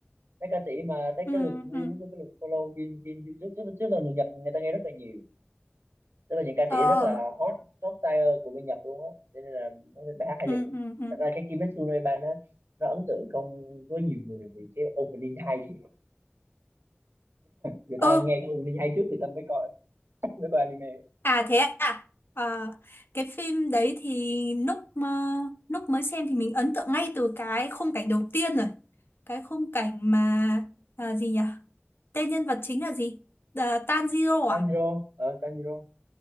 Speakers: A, on the right (about 85°); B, on the left (about 65°).
A: mấy ca sĩ mà thấy
B: ừ
A: cái lượt view
B: ừ
A: với cái lượt follow trên trên YouTube chứ chứ là người Nhật người ta nghe rất là nhiều tức là những ca
B: ờ
A: sĩ rất là hot top tier của bên Nhật luôn á cho nên là bài hát hay
B: ừ
A: đẹp
B: ừ ừ
A: thật ra cái Kimetsu no Yaiban á nó ấn tượng không có nhiều người vì cái opening hay thì người
B: Ơ,
A: ta nghe cái opening hay trước người ta mới coi mới coi anime
B: à thế à Ờ, cái phim đấy thì lúc mà lúc mới xem thì mình ấn tượng ngay từ cái khung cảnh đầu tiên rồi cái khung cảnh mà à, gì nhỉ tên nhân vật chính là gì Ờ, Tanjiro
A: Tanjiro
B: à
A: ờ Tanjiro